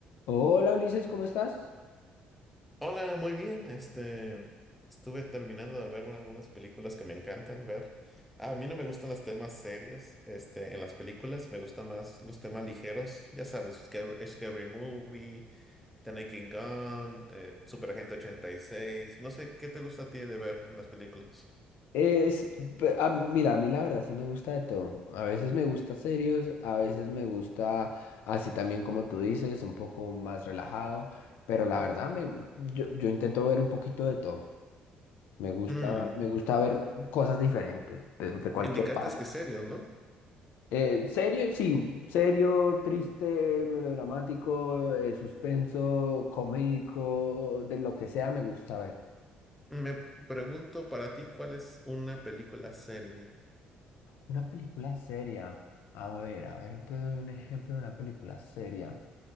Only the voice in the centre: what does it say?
Hola, muy bien. Este, estuve terminando de ver algunas películas que me encantan ver. A mí no me gustan los temas serios, este, en las películas. Me gustan más los temas ligeros. Ya sabes, Scary, Scary Movie, The Naked Gun, eh, Super Agente ochenta y seis. No sé, ¿qué te gusta a ti de ver en las películas?
Mm,
me indicaste
que serio, ¿no?
Me pregunto para ti, ¿cuál es una película seria?